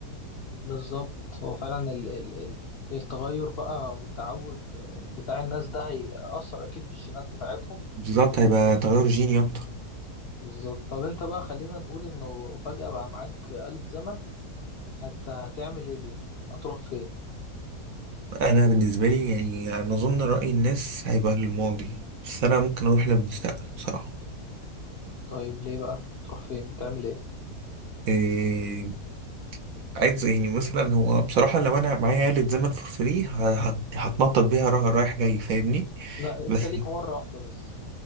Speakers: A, on the left (about 80°); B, on the right (about 65°).
A: بالظبط هو فعلا ال... ال... ال- التغير بقى والتعود بتاع الناس ده هيأثر أكيد في الجينات بتاعتهم
B: بالظبط هيبقى تغير جيني اكتر
A: بالظبط طب أنت بقى خلينا نقول إنه فجأة بقى معاك آلة زمن هت... هتعمل إيه بيها؟ هتروح فين؟
B: انا بالنسبه لي يعني انا اظن راي الناس هيبقى للماضي بس انا ممكن اروح للمستقبل بصراحه
A: طيب ليه بقى تروح فين تعمل ايه
B: إيه عايز يعني مثلا هو بصراحه لو انا معايا آلة زمن فور فري هتنطط بيها را- رايح جاي فاهمني
A: لا انت
B: بس
A: ليك مرة واحدة بس